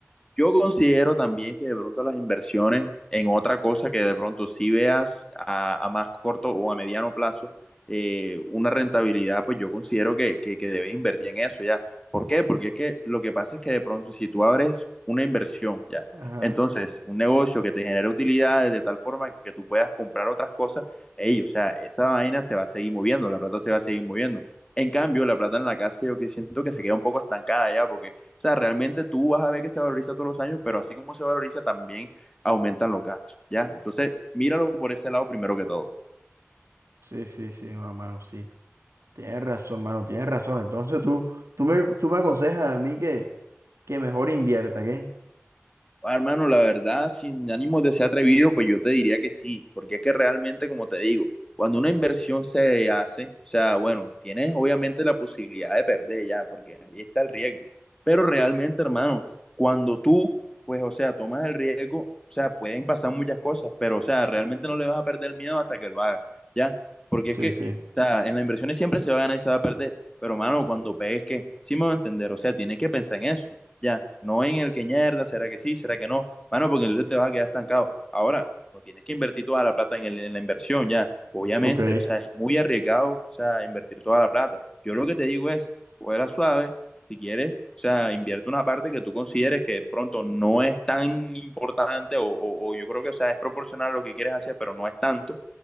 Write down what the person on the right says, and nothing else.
Ajá.
Sí, sí, sí, ma- mano, sí. Tienes razón, mano, tienes razón. Entonces tú, tú me, tú me aconsejas a mí que, que mejor invierta, ¿qué?
Sí,
sí.
Ok,